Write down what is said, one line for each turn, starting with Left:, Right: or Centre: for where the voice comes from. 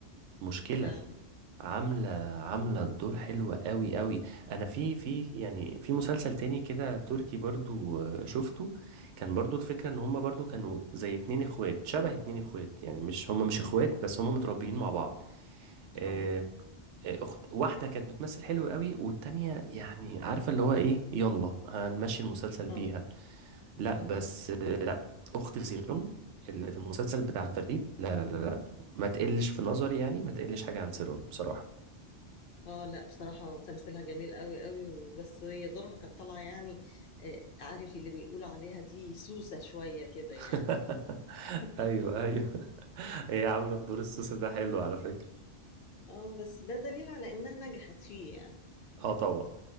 Right: مشكلة
Left: فعلا
Right: عاملة عاملة الدور حلوة قوي قوي انا في في يعني في مسلسل تاني كده تركي برضو آه، شفته كان برضو الفكرة ان هما برضو كانوا زي اتنين اخوات شبه اتنين اخوات يعني مش هما مش
Left: امم
Right: اخوات بس هما متربيين مع بعض آه،
Left: اه
Right: آه، اخت واحدة كانت بتمثل حلو قوي والتانية يعني عارفة اللي هو ايه يلا هنمشي المسلسل
Left: اه
Right: بيها لا
Left: امم
Right: بس اخت سيرون اللي في المسلسل بتاع فريد لا لا لا لا ما تقلش في نظري يعني ما تقلش حاجة عن سيرون بصراحة
Left: اه لا بصراحه تمثيلها جميل قوي قوي بس هي دورها كانت طالعه يعني آه، عارف اللي بيقولوا عليها دي سوسه شويه كده
Right: <laughs>
Left: يعني <laughs>
Right: ايوه ايوه هي عامله الدور السوسي ده حلو على فكره
Left: اه بس ده دليل على انها نجحت فيه يعني
Right: اه طبعا